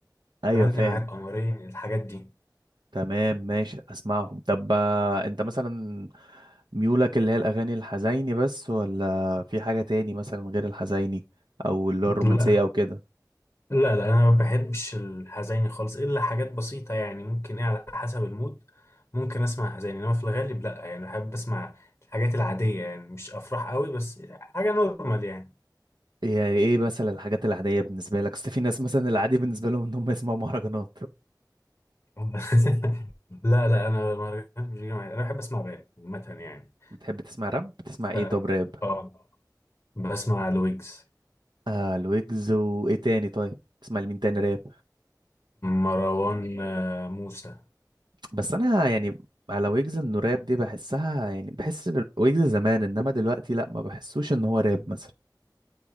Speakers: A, on the right (about 80°); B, on the left (about 40°).
A: ايوه
B: تملي
A: فاهم
B: معاك قمرين الحاجات دي
A: تمام ماشي اسمعهم طب آه، انت مثلا ميولك اللي هي الاغاني الحزيني بس ولا في حاجه تاني مثلا غير الحزيني او اللي هو
B: لا
A: الرومانسيه او كده
B: لا لا انا ما بحبش الحزيني خالص الا حاجات بسيطه يعني ممكن ايه على حسب المود ممكن اسمع حزيني انما في الغالب لا يعني بحب اسمع الحاجات العاديه يعني مش افراح قوي بس حاجه نورمال يعني
A: يعني ايه مثلا الحاجات العاديه بالنسبه لك اصل في ناس مثلا العادي بالنسبه لهم ان هم يسمعوا مهرجانات
B: <laughs> لا لا انا مهرجانات مش بيجي معايا انا بحب اسمع راب عامه يعني
A: بتحب تسمع راب بتسمع
B: ف
A: ايه طب راب
B: اه بسمع لويجز
A: آه الويجز وايه تاني طيب تسمع لمين تاني راب
B: مروان آه، موسى
A: بس انا يعني على ويجز انه راب دي بحسها يعني بحس ويجز زمان انما دلوقتي لا ما بحسوش ان هو راب مثلا